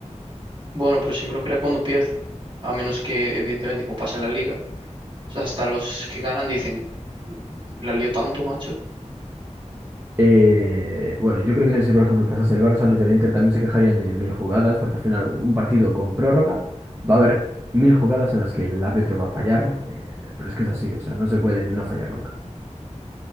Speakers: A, on the right; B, on the right.
A: Bueno, pero siempre lo crea cuando pierde. A menos que, evidentemente, como pasa en la liga, o sea, hasta los que ganan dicen, "Mm, la lío tanto, macho.
B: Eh, bueno, yo creo que si por ejemplo pasase el Barça, los del Inter también se quejarían de mil jugadas, porque al final un partido con prórroga va a haber mil jugadas en las que el árbitro va a fallar, pues, pero es que es así, o sea, no se puede no fallar nunca.